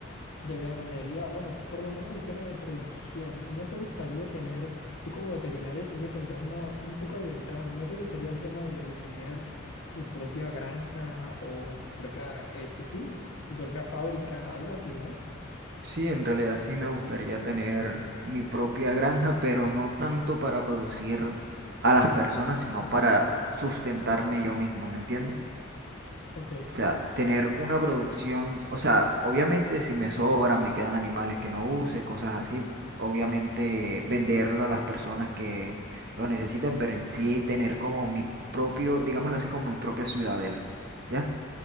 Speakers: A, on the left (about 70°); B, on the right (about 50°).
A: De ganadería, bueno, por lo menos el tema de producción, ¿no te gustaría tener, tú como veterinario creo que tendrías una, un poco de ventaja, ¿no te gustaría el tema de, de tener tu propia granja o tu propia, este sí, tu propia fábrica, algo así, ¿no?
B: Sí, en realidad sí me gustaría tener mi propia granja, pero no tanto para producir a las personas, sino para sustentarme yo mismo, ¿me entiendes?
A: Ok,
B: O sea, tener una producción, o sea, obviamente si me sobra, me quedan animales que no use, cosas así, obviamente venderlo a las personas que lo necesiten, pero en sí tener como mi propio, digámoslo así, como mi propia ciudadela, ¿ya?